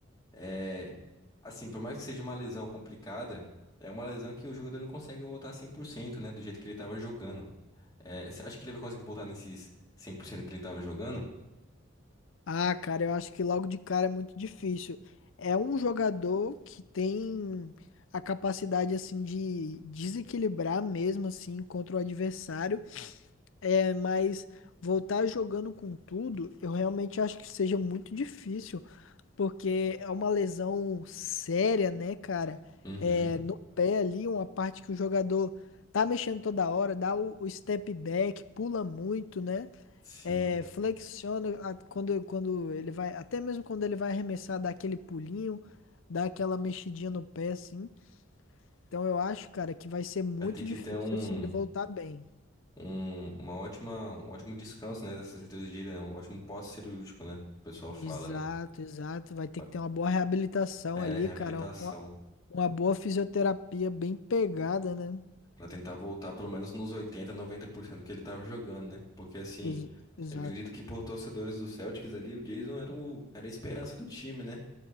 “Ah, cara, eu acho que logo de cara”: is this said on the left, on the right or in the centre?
Left